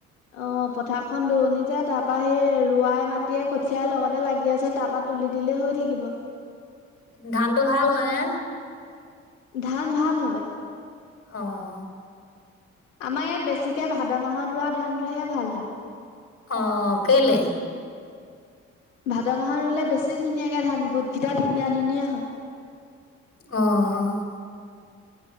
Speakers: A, on the left; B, on the left.
A: অ পথাৰখন দুৱনি যে তাৰ পৰাা সেই ৱাই মাটিয়ে কঠিয়াৰ লগতে লাগি আছে তাপা। তুলি দিলে হৈ থাকিব।
B: ধান টো ভাল হয় নে।
A: ধান ভাল হয়।
B: অঁ', অ'।
A: আমাৰ ইয়াত বেছিকে ভাদ মাহত ৰৱ ধান টোহে ভাল হয়।
B: অঁ', কেলে।
A: ভাদ মাহৰ ৰুলে বেছি ধুনীয়াকে ধান গোটকেইটা ধুনীয়া ধুনীয়া হয়।
B: অ', অ'।